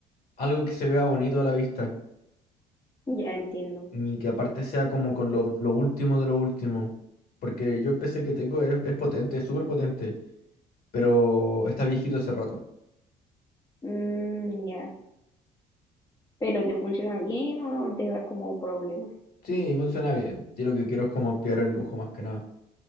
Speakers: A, on the left; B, on the left.
A: algo que se vea bonito a la vista.
B: ya entiendo.
A: ni que aparte sea como con lo, lo último de lo último. Porque yo el PC que tengo es, es potente, es súper potente. Pero está viejito hace rato.
B: Mm, ya. Pero te funciona bien o no, te da como problemas.
A: Sí, funciona bien. Yo lo que quiero es como ampliar el lujo más que nada.